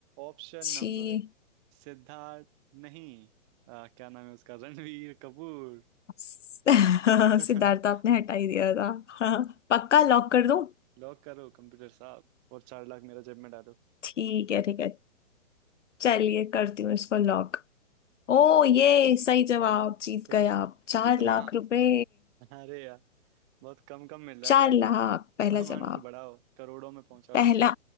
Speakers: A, on the right (about 25°); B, on the left (about 60°).
A: ऑप्शन
B: जी
A: नंबर सिद्धार्थ नहीं आ, क्या नाम है उसका रणवीर कपूर
B: <laughs>
A: <laughs>
B: सिद्धार्थ आपने हटा ही दिया था हाँ, पक्का लॉक कर दूं
A: लॉक करो कंप्यूटर साहब और चार लाख मेरा जेब में डालो
B: ठीक है ठीक है चलिए करती हूँ इसको लॉक ओ ये सही जवाब जीत
A: ओए,
B: गए आप चार
A: कितना
B: लाख रुपए
A: अरे यार बहुत कम कम मिल रहा है
B: चार
A: ज्यादा
B: लाख
A: बढ़ाओ
B: पहला
A: अमाउंट
B: जवाब
A: बढ़ाओ करोड़ों में पहुंचाओ
B: पहला
A: इसको